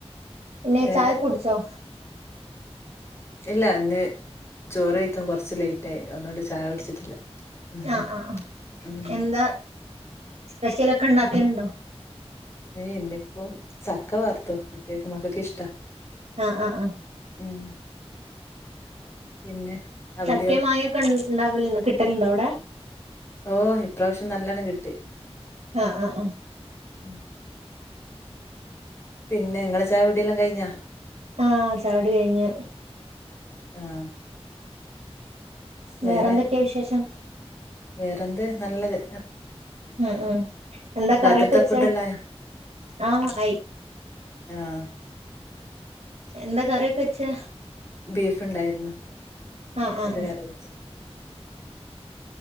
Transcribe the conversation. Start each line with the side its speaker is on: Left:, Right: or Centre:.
Right: പിന്നെ
Left: വേറെ
Right: ചായക്കൊ കുടിച്ചോ
Left: ഇല്ല ഇന്ന് ചോറ് കഴിക്കാൻ കൊറച്ച് ലേറ്റായി അതുകൊണ്ട് ചായ കുടിച്ചിട്ടില്ല ഉം
Right: ആഹ് ആഹ്
Left: ഉം.
Right: എന്താ സ്പെഷ്യലൊക്കെ ഉണ്ടാക്കല്ണ്ടോ
Left: ഇന്നിപ്പോ ചക്ക വർത്ത് കുട്ടികക്കെ മക്കൾക്ക്‌ ഇഷ്ടാ
Right: ആഹ് ആഹ ആഹ്
Left: ഉം പിന്നെ അവിടെയോ
Right: ചക്കയും മാങ്ങയും ഒക്കെ ഉണ്ടാവ കിട്ടലുണ്ടോ അവിടെ
Left: ഓഹ് ഇപ്രാവശ്യം നല്ലണം കിട്ടി
Right: ആഹ് ആഹ് ആഹ്
Left: ഉം. പിന്നെ നിങ്ങളെ ചായ കുടിയെല്ലാം കഴിഞ്ഞാ
Right: ആഹ് ചായുടി കഴിഞ്ഞ്
Left: ആഹ് വേറെ
Right: വേറെന്തൊക്കെ വിശേഷം
Left: വേറെന്ത് നല്ലത്
Right: ഉം ഉം എന്താ കറിയൊക്കെ
Left: രാത്രിത്തെ
Right: വച്ചേ
Left: ഫുഡെല്ലായോ
Right: ആഹ് ആയി
Left: ആഹ്
Right: എന്താ കറിയൊക്കെ വെച്ചേ
Left: ബീഫ് ഉണ്ടായിരുന്നു
Right: ആഹ് ആഹ്
Left: അത്
Right: ആഹ്
Left: കറി വച്ച്